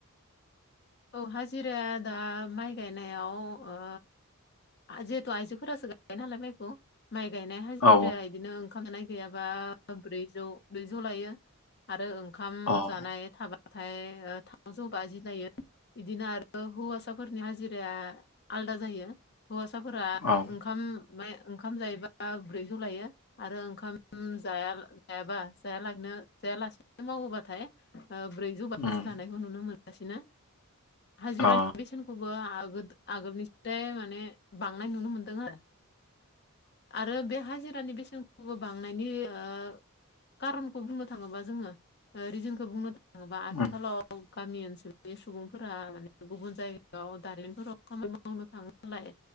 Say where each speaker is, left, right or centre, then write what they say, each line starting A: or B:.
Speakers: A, on the left; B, on the left.
A: औ हाजिराया दा माइ गायनायाव ओ जेहेथ' आइजोफोरासो गायो नालाय माइखौ माइ गायनाय हाजिराया
B: औ
A: बिदिनो ओंखाम जानाय गैयाबा ब्रैजौ ब्रैजौ लायो। आरो ओंखाम
B: औ
A: जानाय थाबाथाय <inaudible> इदिनो आरो हौवासाफोरनि हाजिराया आलदा जायो हौवासाफोरा
B: औ
A: ओंखाम माने ओंखाम जायोबा ब्रैजौ लायो। आरो ओंखाम जाया जायाबा जायालागिनो जायालासिनो मावोबाथाय ब्रैजौ बाजि
B: उम
A: लानायखौ नुनो मोनगासिनो हाजिरानि
B: अ
A: बेसेन आगोल आगोलनिफ्राय माने बांनाय नुनो मोनदों आरो। आरो बे हाजिरानि बेसेनखौबो बांनायनि ओ कारनखौ बुंनो थाङोबा जोङो रिजोनखौ बुंनो थाङोबा आथिखालाव
B: उम
A: गामि ओनसोल बे सुबुंफोरा गुबुन जायगायाव दारिमिनफोराव खामानि मावनो थाङो नालाय